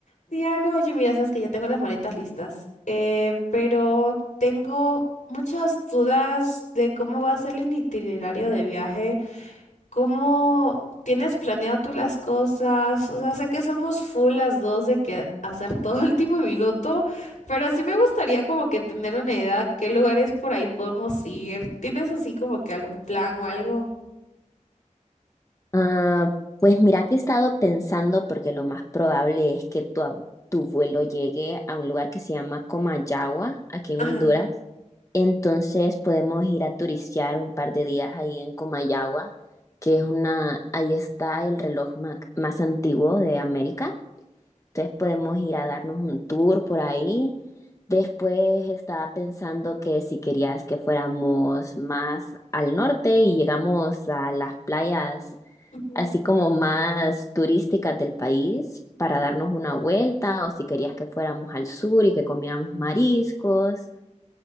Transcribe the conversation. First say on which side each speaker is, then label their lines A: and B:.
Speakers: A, on the left; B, on the left.
A: Diana, oye, mira, sabes que ya tengo las maletas listas, eh, pero tengo muchas dudas de cómo va a ser el itinerario de viaje, cómo tienes planeado tú las cosas, o sea, sé que somos full las dos de que hacer todo <laughs> último minuto, pero sí me gustaría como que tener una idea de qué lugares por ahí podemos ir. ¿Tienes así como que algún plan o algo?
B: Ah, pues mira que he estado pensando porque lo más probable es que tu, abu- tu vuelo llegue a un lugar que se llama Comayagua, aquí en
A: Ajá.
B: Honduras. Entonces podemos ir a turistear un par de días ahí en Comayagua, que es una, ahí está el reloj ma- más antiguo de América. Entonces podemos ir a darnos un tour por ahí. Después estaba pensando que si querías que fuéramos más al norte y llegamos a las playas
A: Ujú.
B: así como más turísticas del país para darnos una vuelta o si querías que fuéramos al sur y que comiéramos mariscos.